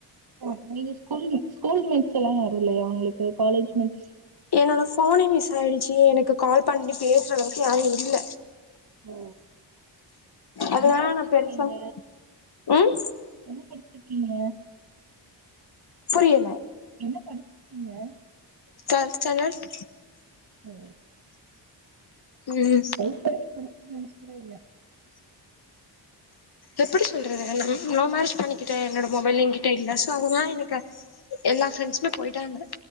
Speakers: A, on the right (about 55°); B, on the left (about 60°).
A: ஆ நீங்க ஸ்கூல் மெட் ஸ்கூல் மெட்ஸ்லா யாரு இல்லையா உங்களுக்கு காலேஜ் மெட்ஸ்
B: என்னோட ஃபோனே மிஸ் ஆயிடுச்சு எனக்கு கால் பண்ணி பேசுற அளவுக்கு யாரு இல்ல
A: ஓ
B: அதனால
A: என்ன படிச்சிருக்கீங்க
B: நா பெருசா ம்
A: என்ன படிச்சிருக்கீங்க
B: புரியல
A: என்ன படிச்சிருக்கீங்க
B: டொல்த் ஸ்டாண்டர்ட்
A: ஓ
B: ம் ம்
A: <unintelligible> இல்ல
B: எப்படி சொல்றது <unintelligible> லவ் மேரேஜ் பண்ணிக்கிட்டே என்னோட மொபைல் எங்கிட்ட இல்ல சோ அதுனால எனக்கு எல்லா ஃப்ரெண்ட்ஸுமே போயிட்டாங்க